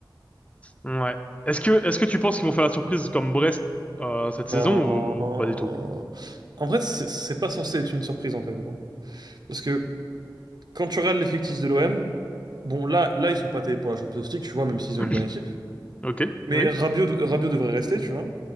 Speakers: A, on the left; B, on the right.
A: Ouais. Est-ce que, est-ce que tu penses qu'ils vont faire la surprise comme Brest euh, cette
B: Non.
A: saison ou pas du tout?
B: En fait, c'est c'est pas censé être une surprise, en fait. gros. Parce que quand tu regardes l'effectif de l'OM, bon, là, là, ils sont pas taillés pour la Champions League, tu vois, même s'ils
A: <clears throat>
B: ont une bonne équipe.
A: Ok.
B: Mais
A: Oui.
B: Rabiot, Rabiot devrait rester, tu vois.